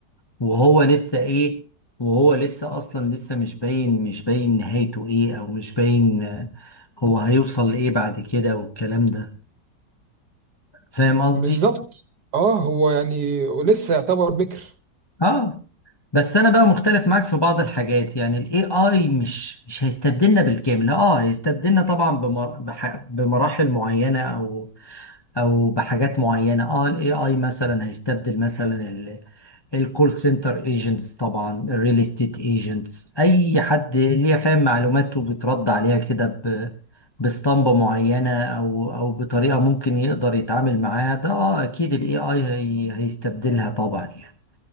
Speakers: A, on the left (about 25°); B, on the right (about 70°).
A: وهو لسه ايه وهو لسه اصلا لسه مش باين مش باين نهايته ايه او مش باين آه، هو هيوصل لايه بعد كده والكلام ده فاهم قصدي؟
B: بالظبط اه هو يعني لسه يعتبر بكر
A: اه بس انا بقى مختلف معاك في بعض الحاجات يعني الاي اي مش مش هيستبدلنا بالكامل اه هيستبدلنا طبعا بمر... بح... بمراحل معينه او او بحاجات معينه اه الاي اي مثلا هيستبدل مثلا الكول سنتر ايجنتس طبعا الريل استيت ايجنتس اي حد ليه فاهم معلومات وبترد عليها كده ب... باسطمبة معينة أو أو بطريقة ممكن يقدر يتعامل معاها ده أه أكيد ال AI هي هيستبدلها طبعا يعني